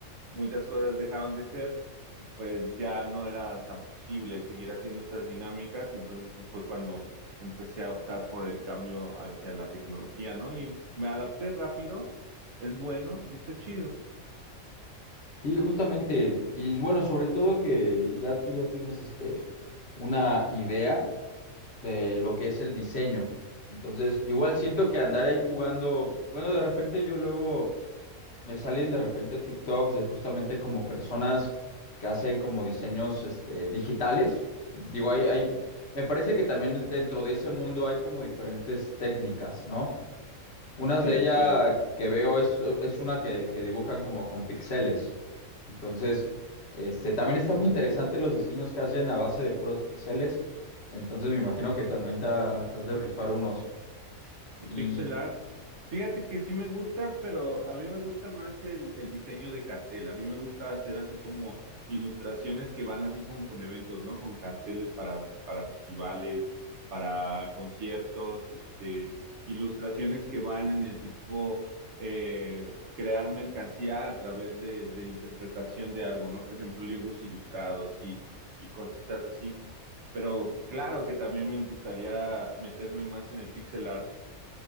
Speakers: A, on the right (about 60°); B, on the left (about 50°).
A: muchas cosas dejaron de ser, y pues ya no era tan posible seguir haciendo estas dinámicas y entonces pues fue cuando empecé a optar por el cambio hacia la tecnología, ¿no? Y me adapté rápido, es bueno y está chido.
B: Sí, justamente. Y bueno, sobre todo que ya tú ya tienes este una idea de lo que es el diseño. Entonces, igual siento que andar ahí jugando, bueno, de repente yo luego me salen de repente TikToks de justamente como personas que hacen como diseños este digitales. Digo, hay, hay, me parece que también dentro de ese mundo hay como diferentes técnicas, ¿no? Unas
A: Sí,
B: de ella
A: así es.
B: que veo es, es una que, que dibujan como con pixeles. Entonces, este, también está muy interesante los diseños que hacen a base de puros pixeles. Entonces me imagino que también te, ha- te has de rifar unos. Y
A: El pixel art. Fíjate que sí me gusta, pero a mí me gusta más el, el diseño de cartel. A mí me gusta hacer así como ilustraciones que van así como con eventos, ¿no? Con carteles para, para festivales, para conciertos, este, ilustraciones que van en el tipo eh, crear mercancía a través de, de interpretación de algo, ¿no? Por ejemplo, libros ilustrados y, y cositas así. Pero claro que también me gustaría meterme más en el pixel art.